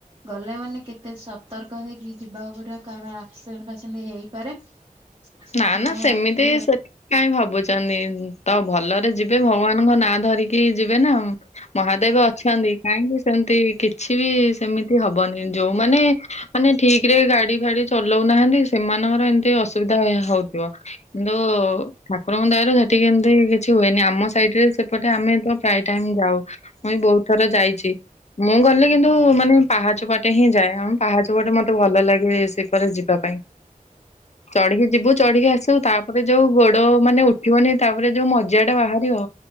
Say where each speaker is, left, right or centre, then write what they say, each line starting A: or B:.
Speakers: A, on the right; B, on the left.
A: ଗଲେ ମାନେ କେତେ ସତର୍କ ହେଇକି ଯିବାକୁ ପଡିବ କାର ଆଡଟ ଫ ହେଇପାରେ ସେଥିପାଇଁ
B: ନା ନା ସେମିତି
A: ଆମେ ଟିକେ
B: ସେ କାଇହିଁ ଭାବୁଛନ୍ତି ତ ଭଲରେ ଯିବେ ଭଗବାନଙ୍କ ନାଁ ଧରିକି ଯିବେ ନା ମହାଦେବ ଅଛନ୍ତି କାହିଁକି ସେମିତି କିଛି ବି ସେମିତି ହବନି ଯୋଉମାନେ ମାନେ ଠିକ ରେ ଗାଡି ଫାଡି ଚଲାଉନାହାନ୍ତି ସେମାନଙ୍କର ଏମିତି ଅସୁବିଧା ହଉଥିବ କିନ୍ତୁ ଠାକୁରଙ୍କ ଦୟାରୁ ସେଠିକି ଏମିତି କିଛି ହୁଏନି ଆମ ସାଇଡରେ ସେପଟେ ଆମେ ତ ପ୍ରାୟ ଟାଇମ ଯାଉ ମୁଇଁ ବି ବହୁତ ଥର ଯାଇଛି ମୁଁ ଗଲେ କିନ୍ତୁ ମାନେ ପାହାଚପଟେ ହିଁ ଯାଏ ଆମ ପାହାଚପଟେ ମତେ ଭଲ ଲାଗେ ସେପ ଯିବା ପାଇଁ ଚଢିକି ଯିବୁ ଚଢିକି ଆସୁ ତାପରେ ଯୋଉ ଗୋଡ ମାନେ ଉଠିବନି ତାପରେ ଯୋଉ ମ୍ା ଟା ବାହାରିବ